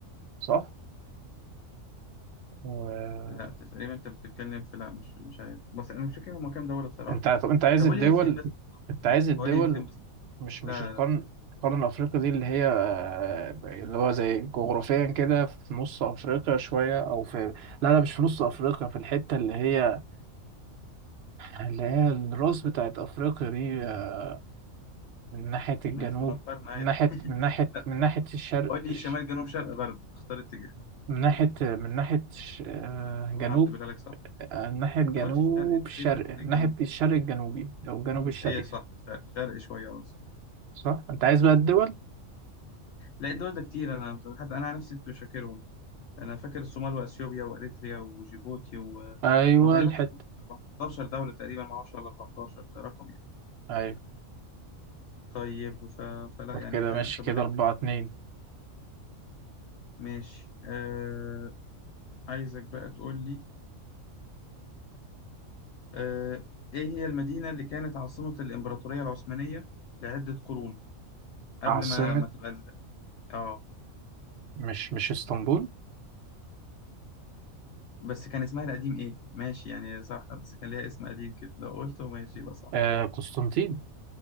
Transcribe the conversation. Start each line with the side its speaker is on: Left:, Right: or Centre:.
Right: صح و...
Left: لا تقريبا انت بتتكلم في لا مش مش عارف بس انا مش فاكر هما كام دورة بصراحة
Right: انت طب انت عايز
Left: طب
Right: الدول
Left: قول لي هي فين بس
Right: انت عايز الدول
Left: قول لي هي فين بس
Right: مش
Left: لا
Right: مش القرن
Left: لا لا
Right: القرن الأفريقي دي اللي هي آه، اللي هو زي جغرافيا كده في نص أفريقيا شوية أو في لا لا مش في نص أفريقيا في الحتة اللي هي اللي هي الراس بتاعت أفريقيا دي آه، من ناحية الجنوب
Left: ما هي اسمها مقارنة عادي
Right: من ناحية من ناحية
Left: لا
Right: من ناحية الشرق
Left: قول لي
Right: الش-
Left: شمال جنوب شرق غرب اختار اتجاه
Right: من ناحية من ناحية ش- آه، جنوب
Left: انا هعتبرها لك صح
Right: آه، من ناحية جنوب
Left: انت قلت الشرق انت
Right: الشرق
Left: ليه بتروح للجنوب
Right: من ناحية الشرق الجنوبي أو الجنوب الشرقي
Left: هي صح شرق, شرق شوية اه صح
Right: صح؟ أنت عايز بقى الدول؟
Left: لا الدول ده كتير انا بصراحة- حتى انا عن نفسي كنت مش فاكرهم انا فاكر الصومال واثيوبيا واريتريا وجيبوتي و...
Right: أيوه
Left: وتقريبا
Right: الحتة
Left: 14 دولة تقريبا ما اعرفش ولا 14 ده رقم يعني
Right: أيوه
Left: طيب ف... فلا
Right: طب
Left: يعني
Right: كده
Left: انت
Right: ماشي
Left: نعتبر
Right: كده
Left: لك
Right: أربعة اتنين
Left: ماشي آه عايزك بقى تقول لي آه إيه هي المدينة اللي كانت عاصمة الإمبراطورية العثمانية لعدة قرون قبل
Right: عاصمة
Left: ما ما تبقى ال... آه
Right: مش مش اسطنبول
Left: بس كان اسمها القديم إيه؟ ماشي يعني صح بس كان ليها اسم قديم كده لو قلته ماشي يبقى صح
Right: آه قسطنطين